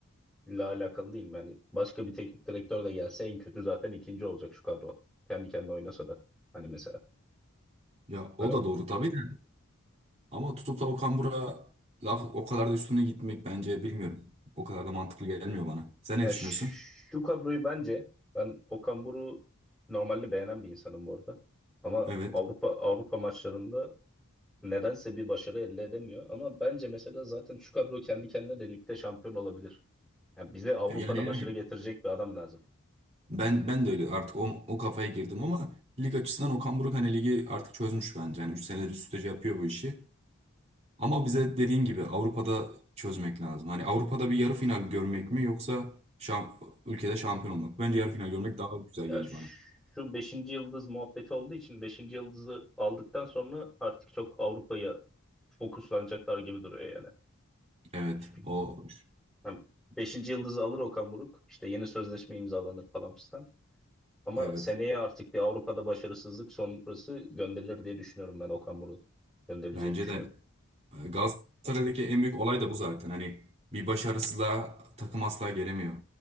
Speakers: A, in the centre; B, on the right (about 30°).
A: ile alakalı değil. Yani başka bir teknik direktör de gelse en kötü zaten ikinci olacak şu kadro. Kendi kendine oynasa da. Hani mesela.
B: ya
A: Hani
B: o da
A: o.
B: doğru tabii de ama tutup da Okan Buruk'a laf o kadar da üstüne gitmek bence bilmiyorum. O kadar da mantıklı gelmiyor bana. Sen
A: Ya
B: ne düşünüyorsun?
A: ş- şu kadroyu bence ben Okan Buruk'u normalde beğenen bir insanım bu arada. Ama
B: Evet.
A: Avrupa Avrupa maçlarında nedense bir başarı elde edemiyor. Ama bence mesela zaten şu kadro kendi kendine de ligde şampiyon olabilir. Yani bize Avrupa'da
B: Yani, yani
A: başarı getirecek bir adam lazım.
B: ben ben de öyle artık o, o kafaya girdim ama lig açısından Okan Buruk hani ligi artık çözmüş bence. Yani 3 senedir üst üste şey yapıyor bu işi. Ama bize dediğin gibi Avrupa'da çözmek lazım. Hani Avrupa'da bir yarı final görmek mi yoksa şam, ülkede şampiyon olmak? mı? Bence yarı final görmek daha güzel
A: Ya
B: gelir
A: ş-
B: bana.
A: şu beşinci yıldız muhabbeti olduğu için beşinci yıldızı aldıktan sonra artık çok Avrupa'ya fokuslanacaklar gibi duruyor yani.
B: Evet,
A: Çünkü
B: o
A: hem 5. yıldızı alır Okan Buruk işte yeni sözleşme imzalanır falan fistan. Ama
B: evet.
A: seneye artık bir Avrupa'da başarısızlık sonrası gönderilir diye düşünüyorum ben Okan Buruk gönderileceğini
B: Bence
A: düşünüyorum.
B: de e, Galatasaray'daki en büyük olay da bu zaten. Hani bir başarısızlığa takım asla gelemiyor.